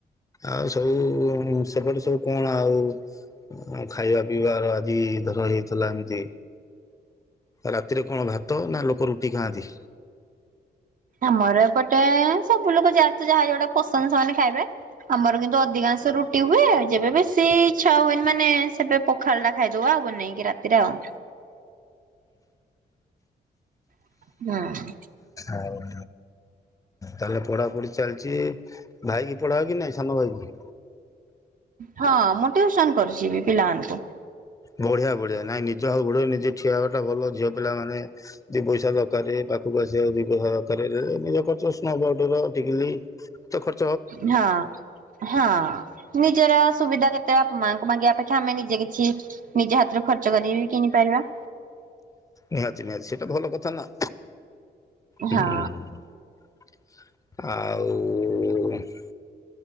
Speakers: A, on the left (about 20°); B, on the right (about 50°).
A: ଆଉ ସବୁ ସେପଟେ ସବୁ କଣ ଆଉ ଉଁ ଖାଇବା ପିଇବା ହେରା ଆଜି ଧର ହେଇଥିଲା ଏମତି ରାତିରେ କଣ ଭାତ ନା ଲୋକ ରୁଟି ଖାଆନ୍ତି?
B: ଆମର ଏପଟେ ସବୁ ଲୋକ ଯା ତ ଯାହା ଯୋଉଟା ପସନ୍ଦ ସେମାନେ ଖାଇବେ। ଆମର କିନ୍ତୁ ଅଧିକାଂଶ ରୁଟି ହୁଏ ଯେବେ ବେଶୀ ଇଚ୍ଛା ହୁଏନି ମାନେ ସେବେ ପଖାଳ ଟା ଖାଇଦୋଉ ଆଉ ବନେଇକି ରାତିରେ ଆଉ। ହୁଁ।
A: ଆଉ ତାହେଲେ ପଢା ପଢି ଚାଲିଛି ଭାଇ କିି ପଢାଅ କି ନାଇଁ ସାନ ଭାଇ କି?
B: ହଁ ମୁଁ ଟ୍ୟୁଉସନ କରୁଛି ବି ପିଲାମାନଙ୍କୁ।
A: ବଢିଆ ବଢିଆ ନାଇଁ ନିଜ ଗୋଡ ନିଜେ ଠିଆ ହେବାଟା ଭଲ ଝିଅ ପିଲାମାନେ ଦି ପଇସା ଦରକାରେ ପାଖକୁ ଆସିବା ଦି ପଇସା ଦରକାରେ ଏ ନିଜ ଖର୍ଚ୍ଚ ସ୍ନୋ, ପାଉଡର, ଟିକିଲି ଦେଇ ତ ଖ
B: ହଁ ହଁ ନିଜର ସୁବିଧା କେ ତେ ବାପ ମାଆଙ୍କୁ ମାଗିବାପେକ୍ଷା ଆମେ ନିଜେ କିଛି ନିଜ ହାତରୁ ଖର୍ଚ କରିକି ବି କିଣିପାରିବା।
A: ନିହାତି ନିହାତି ସେଇଟା ଭଲ କଥା ନା
B: ହଁ।
A: <unintelligible> ଆଉ।